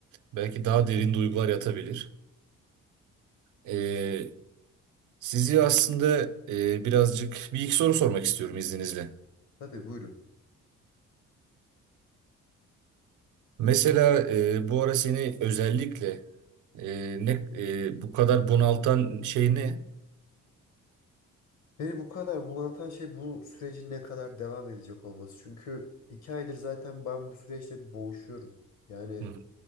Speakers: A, on the right; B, on the left.
A: belki daha derin duygular yatabilir. Ee, sizi aslında e, birazcık bir iki soru sormak istiyorum izninizle.
B: Tabii buyurun.
A: Mesela e, bu ara seni özellikle e, ne e, bu kadar bunaltan şey ne?
B: Beni bu kadar bunaltan şey bu sürecin ne kadar devam edecek olması. Çünkü iki aydır zaten ben bu süreçte boğuşuyorum. Yani
A: Hı hı.